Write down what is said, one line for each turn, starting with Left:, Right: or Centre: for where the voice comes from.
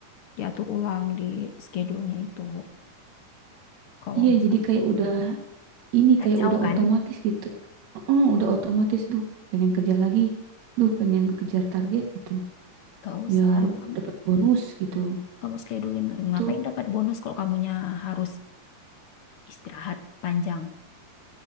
Left: Diatur ulang di schedule-nya itu. Kalau
Right: Iya,
Left: misal
Right: jadi kayak udah ini
Left: kacau
Right: kayak udah
Left: kan?
Right: otomatis gitu. Heeh, udah otomatis duh, pengen kerja lagi. Duh, pengen kejar target gitu.
Left: Gak usah.
Right: Biar
Left: Kamu,
Right: dapat bonus gitu.
Left: kamu schedulein.
Right: Itu
Left: Ngapain dapat bonus kalau kamunya harus istirahat panjang.